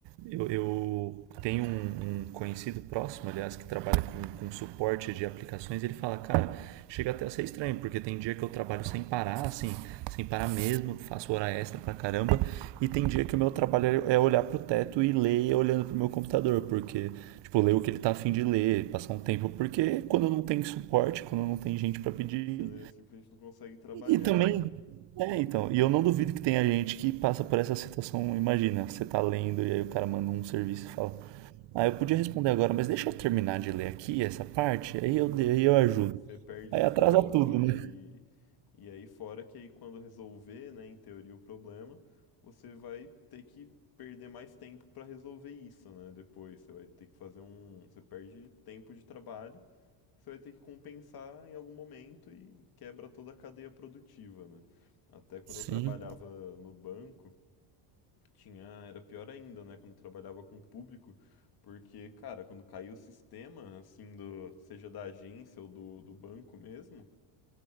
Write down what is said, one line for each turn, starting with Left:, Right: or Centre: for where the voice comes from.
Right: eu, eu tenho um, um conhecido próximo, aliás, que trabalha com, com suporte de aplicações, e ele fala, cara, chega até a ser estranho, porque tem dia que eu trabalho sem parar, assim, sem parar mesmo, faço hora extra pra caramba, e tem dia que o meu trabalho é é olhar pro teto e ler olhando pro meu computador, porque, tipo, ler o que ele tá afim de ler, passar um tempo, porque quando não tem suporte, quando não tem gente pra
Left: <laughs>
Right: pedir,
Left: Você, né, simplesmente não consegue trabalhar
Right: e também, é, então, e eu não duvido que tenha gente que passa por essa situação, imagina, você tá lendo e aí o cara manda um serviço e fala, ah, eu podia responder agora, mas deixa eu terminar de ler aqui essa parte, aí eu, aí
Left: Sim,
Right: eu ajudo.
Left: você perde
Right: Aí
Left: o foco
Right: atrasa tudo,
Left: e,
Right: né?
Left: e aí fora que aí quando resolver, né, em teoria o problema, você vai ter que perder mais tempo para resolver isso, né? Depois você vai ter que fazer um, você perde tempo de trabalho, você vai ter que compensar em algum momento e quebra toda a cadeia produtiva, né? Até quando
Right: Sim,
Left: eu trabalhava no banco, tinha, era pior ainda, né, quando eu trabalhava com o público, porque, cara, quando caiu o sistema, assim, do, seja da agência ou do, do banco mesmo,